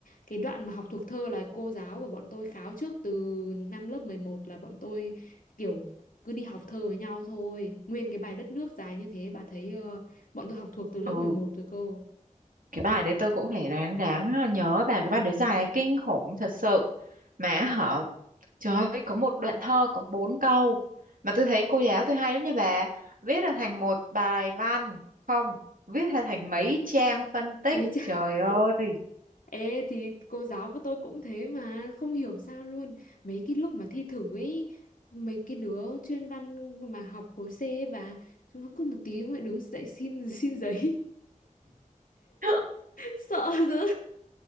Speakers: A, on the left; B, on the right.
A: cái đoạn mà học thuộc thơ là cô giáo của bọn tôi kháo trước từ năm lớp 11 là bọn tôi kiểu cứ đi học thơ với nhau thôi nguyên cái bài đất nước dài như thế bà thấy ờ, bọn tôi học thuộc từ lớp
B: Ừ.
A: mười một rồi cô
B: cái bài đấy tôi cũng phải ráng ráng nhớ bà cái bài đấy dài kinh khủng thật sự mà hả trời ơi có một đoạn thơ có bốn câu mà tôi thấy cô giáo tôi hay lắm nha bà viết ra thành một bài văn không viết ra thành mấy trang phân tích
A: Mấy chứ
B: trời
A: <laughs>
B: ơi
A: Ê thì cô giáo của tôi cũng thế mà Không hiểu sao luôn Mấy cái lúc mà thi thử ấy Mấy cái đứa chuyên văn mà học khối C ấy bà Chúng nó cứ một tí lại đứng dậy xin xin giấy
B: <laughs>
A: <laughs> Sợ dữ